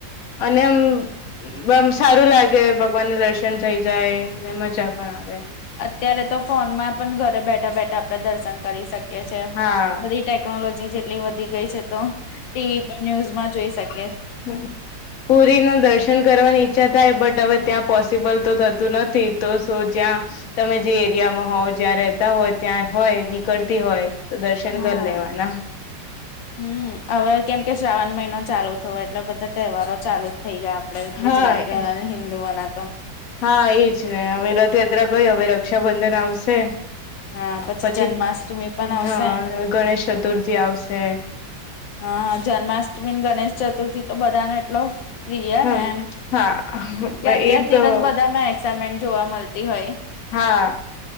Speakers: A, on the left; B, on the left.
A: અને એમ મ સારું લાગે ભગવાન નું દર્શન થઇ જાય ને મજા પણ આવે
B: અત્યારે તો ફોનમાં પણ ઘરે બેઠા બેઠા આપડે દર્શન કરી શકીએ
A: હા
B: બધી ટેકનોલોજી જેટલી વધી ગઈ છે તો ટીવી પર ન્યુઝમાં જોઈ શકે
A: હ પુરી ન દર્શન કરવાની ઈચ્છા થાય બટ હવે ત્યાં પોસિબલ તો થતું નથી તો સ જ્યાં તમે જે એરિયામાં હોવ જ્યાં રહેતા હોય ત્યાં હોય નીકળતી હોય તો દર્શન
B: હા
A: કરી લેવાના
B: હમ હવે કેમ કે શ્રાવણ મહિનો ચાલુ થયો એટલે બધા તહેવારો ચાલુ જ થઇ ગયા આપણે
A: હા
B: ગુજરાતી વાળ ને હિન્દુ વાળ તો
A: હા એજ ને હવે રથયાત્રા ગઈ હવે રક્ષાબંધન આવશે
B: હા પછી
A: પછી
B: જન્માષ્ટમી પણ આવશે
A: હા ગણેશ ચતુર્થી આવશે
B: હા જન્માષ્ટમી ગણેશ ચતુર્થી તો બધાનો એટલો પ્રિયા
A: હમ
B: ને એમ
A: હા
B: કે અત્યારથી
A: એ તો
B: જ બધામાં એક્સમેન્ટ જોવા મળતી હોય
A: હા